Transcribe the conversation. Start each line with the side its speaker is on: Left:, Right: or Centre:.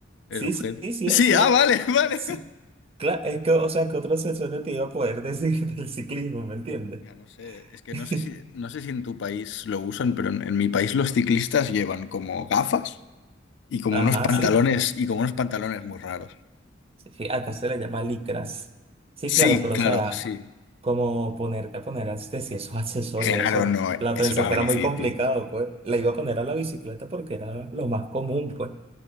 Left: el
Right: sí,
Left: objeto.
Right: sí, sí, sí,
Left: Sí,
Right: es, sí,
Left: ah,
Right: es,
Left: vale, <laughs> vale.
Right: sí, claro, es que, o sea, qué otro accesorio te iba a poder decir <laughs> del ciclismo, ¿me entiendes?
Left: Ya no sé, es que
Right: <laughs>
Left: no sé si, no sé si en tu país lo usan, pero en, en mi país los ciclistas llevan como gafas y como
Right: Ajá,
Left: unos pantalones
Right: sí,
Left: y como unos pantalones muy raros.
Right: sí, sí, acá se le llama licras, sí, claro,
Left: Sí,
Right: pero,
Left: claro,
Right: o sea,
Left: sí.
Right: como ponerte a poner, este, si esos accesorios,
Left: Claro,
Right: eso,
Left: no,
Right: la
Left: eso
Right: pensé
Left: era muy
Right: que era
Left: Wow. difícil.
Right: muy complicado, pues, la iba a poner a la bicicleta porque era lo más común, pues.